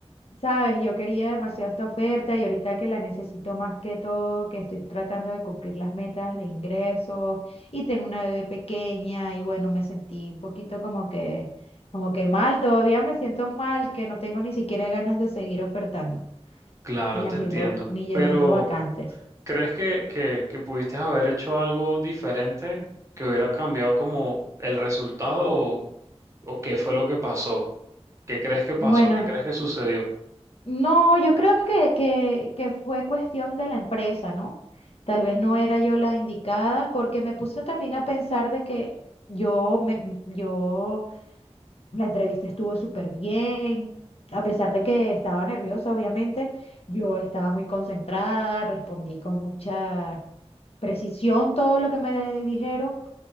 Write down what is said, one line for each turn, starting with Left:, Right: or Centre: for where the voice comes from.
Left: sabes, yo quería demasiado esta oferta y ahorita que la necesito más que todo, que estoy tratando de cumplir las metas de ingresos y tengo una bebé pequeña y bueno, me sentí un poquito como que, como que mal, todavía me siento mal, que no tengo ni siquiera ganas de seguir ofertando,
Right: Claro,
Left: ni haciendo,
Right: te entiendo.
Left: ni llenando
Right: Pero,
Left: vacantes.
Right: ¿crees que, que, que pudiste haber hecho algo diferente que hubiera cambiado como el resultado o, o qué fue lo que pasó? ¿Qué crees que pasó?
Left: Bueno,
Right: ¿Qué crees que sucedió?
Left: No, yo creo que, que, que fue cuestión de la empresa, ¿no? Tal vez no era yo la indicada, porque me puse también a pensar de que yo, me, m- yo, la entrevista estuvo súper bien, a pesar de que estaba nerviosa, obviamente, yo estaba muy concentrada, respondí con mucha precisión todo lo que me dijeron,